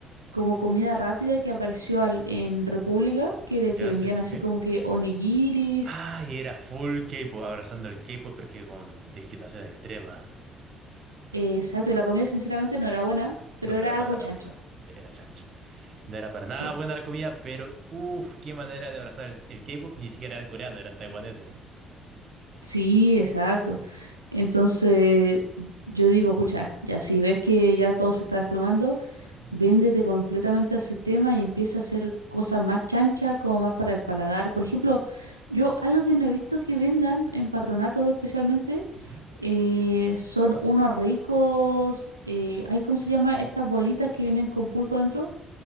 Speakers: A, on the right; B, on the right.
A: como comida rápida que apareció al- en República, que, era-
B: Ya,
A: que vendían
B: sí, sí,
A: así
B: sí.
A: como que onigiris.
B: Ah, y era full K-pop, abrazando el K-pop, pero que con discriminación extrema.
A: eh, exacto, y la comida sinceramente no era buena, pero
B: No, no
A: era
B: era para
A: algo
B: nada
A: chancho.
B: buena. Sí, era chancho. No era para nada
A: Sí.
B: buena la comida, pero uff, qué manera de abrazar el, el K-pop. Ni siquiera eran coreanos, eran taiwaneses.
A: Sí, exacto. Entonces, yo digo, pucha, ya si ves que ya todo se está desplomando,
B: Ujú,
A: Véndete completamente al sistema y empieza a hacer cosas más chanchas, como más para el paladar. Por ejemplo, yo algo que no he visto que vendan en Patronato especialmente
B: ujú.
A: eh, son unos ricos, eh, ay, ¿cómo se llama? Estas bolitas que vienen con pulpo dentro.